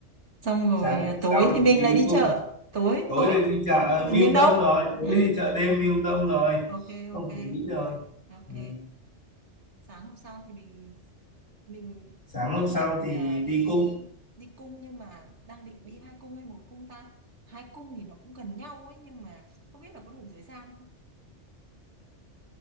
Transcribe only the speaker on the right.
xong rồi
à,
tối thì
mình
lại đi
chợ tối
tối
đi
ờ,
ờ, miếng
đông
ừ.
ok
ok
ok
sáng hôm sau thì mình mình
đang
định
là đi
đi cung nhưng mà đang định đi hai cung hay một cung ta hai cung thì nó cũng gần nhau ấy nhưng mà không biết là có đủ thời gian không